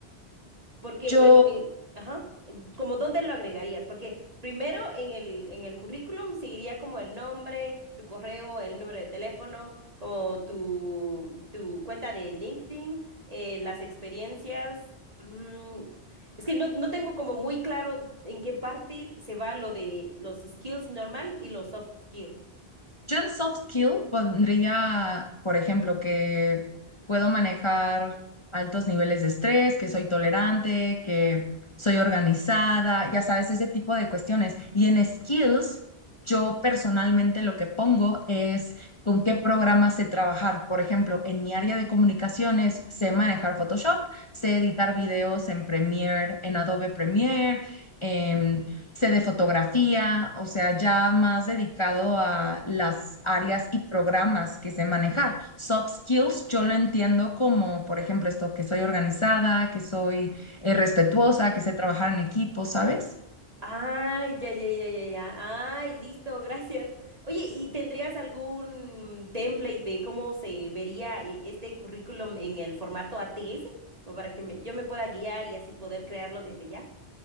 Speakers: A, on the right (about 35°); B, on the left (about 25°).
A: Porque
B: Yo
A: en, en- ajá, en- como dónde lo agregarías, porque primero en el, en el currículum seguiría como el nombre, tu correo, el número de teléfono, como tu, tu cuenta de LinkedIn, eh, las experiencias. mm, es que no, no tengo como muy claro en qué parte se va lo de los skills normal y los soft skills.
B: Yo en soft skill pondría, por ejemplo, que puedo manejar altos niveles de estrés, que soy tolerante, que soy organizada, ya sabes, ese tipo de cuestiones. Y en skills, yo personalmente lo que pongo es con qué programa sé trabajar. Por ejemplo, en mi área de comunicaciones sé manejar Photoshop, sé editar videos en Premiere, en Adobe Premiere, em, sé de fotografía, o sea, ya más dedicado a las áreas y programas que sé manejar. Soft skills yo lo entiendo como, por ejemplo, esto, que soy organizada, que soy eh, respetuosa, que sé trabajar en equipo, ¿sabes?
A: Ay, ya, ya, ya, ya, ya. Ay, listo, gracias. Oye, ¿y tendrías algún template de cómo se vería eh, este currículum en el formato ATS? O para que me- yo me pueda guiar y así poder crearlo desde ya.